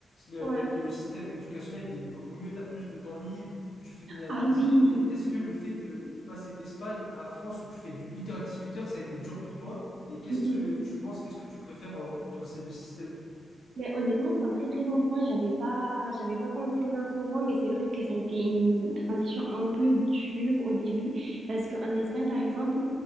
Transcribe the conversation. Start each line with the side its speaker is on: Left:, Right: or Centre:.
Left: le,
Right: Ouais.
Left: le- le système éducationnel, il est beaucoup mieux, tu as plus de temps libre, tu finis à
Right: Ah
Left: midi.
Right: oui.
Left: Et est-ce que le fait de passer d'Espagne à France où tu fais du huit heures à dix-huit heures, ça a été dur pour toi? Et qu'est-ce
Right: Mhm.
Left: que tu penses, qu'est-ce que tu préfères en- entre ces deux systèmes?
Right: Mais honnêtement, c'est un très très bon point. J'avais pas, j'avais pas pensé dans ce moment, mais c'est vrai que ça a été une transition un peu dure au début. Parce qu'en Espagne, par exemple,